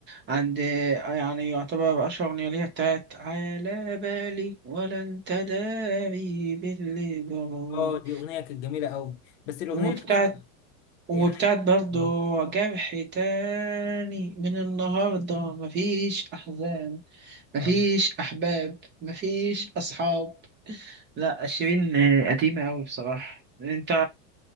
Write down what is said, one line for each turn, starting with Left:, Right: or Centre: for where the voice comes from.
Right: عند آه، يعني يعتبر اشهر اغنيه ليها بتاعت على بالي ولا انت داري باللي جرالي
Left: اه دي اغنية كانت جميلة قوي بس الاغنية
Right: وبتاعت
Left: اللي انا
Right: وبتاعت
Left: يعني
Right: برضو
Left: اه
Right: جرح تاني من النهاردة مفيش أحزان مفيش
Left: آه.
Right: أحباب مفيش أصحاب لا شيرين قديمة أوي بصراحة أنت